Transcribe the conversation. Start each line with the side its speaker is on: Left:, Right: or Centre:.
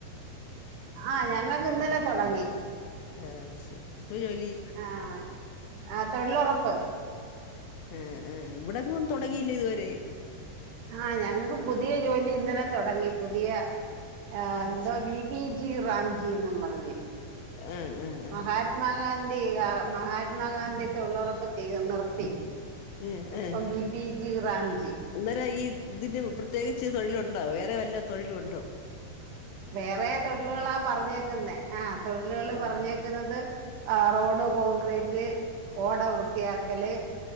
Right: ആഹ് ഞങ്ങൾക്ക് ഇന്നലെ തൊടങ്ങി
Left: അത്‌ ശെരി എന്തുവാ ജോലി
Right: ആഹ് ആ തൊഴിലൊറപ്പ്
Left: അ് അ് ഇവിടെങ്ങും തൊടങ്ങിയില്ല ഇതുവരെ
Right: ആഹ് ഞങ്ങക്ക് പുതിയ ജോലി ഇന്നലെ തൊടങ്ങി. പുതിയ ആഹ് എന്തോ
Left: അത് ശരി
Right: ബി ബി ജി റാംജി ന്നും പറഞ്ഞ്
Left: ആഹ് ആഹ് ആഹ്
Right: മഹാത്മാഗാന്ധി ആ മഹാത്മാഗാന്ധി തൊഴിലുറപ്പ് തീർ നിർത്തി
Left: അ് എഹ്
Right: ഇപ്പം ബി ബി ജി റാംജി
Left: അന്നേരം ഈ ഇതിന് പ്രത്യേകിച്ച് തൊഴിലുണ്ടോ? വേറെ വല്ല തൊഴിലു ഉണ്ടോ?
Right: വേറെ തൊഴിലുകളാ പറഞ്ഞേക്കുന്നെ, ആഹ് തൊഴിലുകള്
Left: ആഹ്
Right: പറഞ്ഞേക്കുന്നത് ആഹ് റോഡ് കോൺക്രീറ്റ് ഓട വൃത്തിയാക്കല്